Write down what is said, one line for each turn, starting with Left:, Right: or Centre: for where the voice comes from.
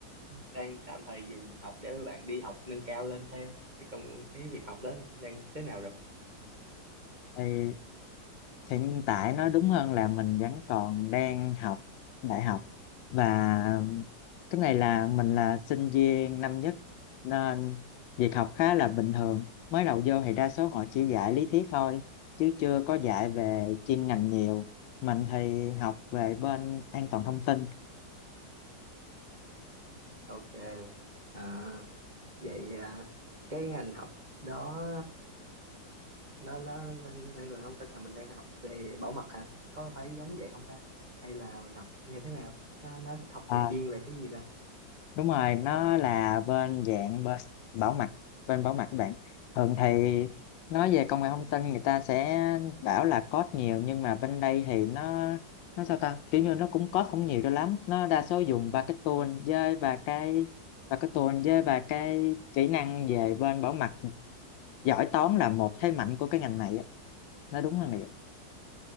Right: đang tạm thời dừng học để bạn đi học nâng cao lên thêm cái công cái việc học đó đang thế nào rồi
Left: Thì hiện tại nói đúng hơn là mình vẫn còn đang học đại học và cái này là mình là sinh viên năm nhất nên việc học khá là bình thường. Mới đầu vô thì đa số họ chỉ dạy lý thuyết thôi chứ chưa có dạy về chuyên ngành nhiều. Mình thì học về bên an toàn thông tin.
Right: ok À, vậy à, cái ngành học đó nó nó nó nó còn thông tin là mình đang học về bảo mật hả có phải giống vậy không ta hay là mình học như thế nào ta nó, nó học
Left: À,
Right: về chuyên về cái gì ta
Left: đúng rồi nó là bên dạng bơ- bảo mật bên bảo mật các bạn thường thì nói về công nghệ thông tin người ta sẽ bảo là code nhiều nhưng mà bên đây thì nó nó sao ta kiểu như nó cũng code không nhiều cho lắm nó đa số dùng ba cái tool với và cái và cái tool với và cái kỹ năng về bên bảo mật giỏi toán là một thế mạnh của cái ngành này á nói đúng hơn là vậy